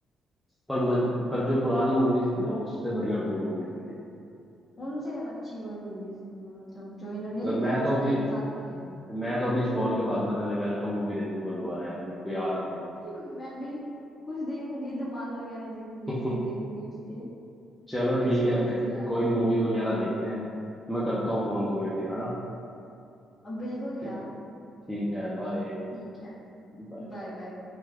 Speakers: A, in the centre; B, on the left.
A: पर मज, पर जो पुरानी मूवीज थी ना उससे बढ़िया कोई मूवीज नहीं थी
B: उनसे अच्छी कोई मूवीज नहीं है मतलब जो इन्होंने
A: तो
B: ये
A: मैं
B: कर
A: तो
B: चुके
A: अभी
B: निकाल दिया इन्होंने
A: मैं तो अभी इस कॉल के बाद ना पहले वेलकम मूवी देखूंगा दोबारा यार मेरे को याद आ गया
B: <laughs> मैं भी कुछ देखूंगी धमाल वगैरह देखूंगी
A: <laughs>
B: सीन देखूंगी उसके
A: चलो
B: अच्छी
A: ठीक
B: मूवी
A: है फिर
B: थी यार
A: कोई
B: वो
A: मूवी वगैरह देखते हैं मैं करता हूँ फोन तुम्हें फिर है ना
B: अब बिल्कुल
A: ठीक
B: यार
A: ठीक है बाय
B: ठीक है
A: बाय
B: बाय बाय